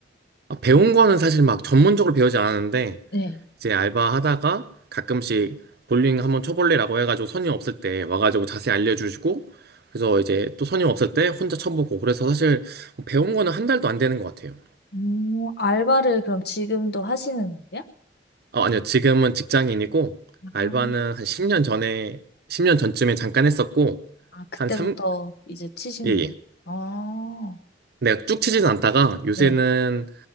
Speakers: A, on the right; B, on the left.
A: 아, 배운 거는 사실 막 전문적으로 배우지 않았는데
B: 네.
A: 이제 알바하다가 가끔씩 볼링 한번 쳐볼래라고 해가지고 손님 없을 때 와가지고 자세히 알려주시고 그래서 이제 또 손님 없을 때 혼자 쳐보고 그래서 사실 뭐 배운 거는 한 달도 안 되는 것 같아요.
B: 음, 알바를 그럼 지금도 하시는 거예요?
A: 아, 아니요. 지금은 직장인이고 알바는
B: 아,
A: 한 10년 전에 10년 전쯤에 잠깐 했었고
B: 아, 그때부터
A: 한 3,
B: 이제 치신
A: 예,
B: 거예요?
A: 예.
B: 아,
A: 내가 쭉 치진 않다가 요새는
B: 네.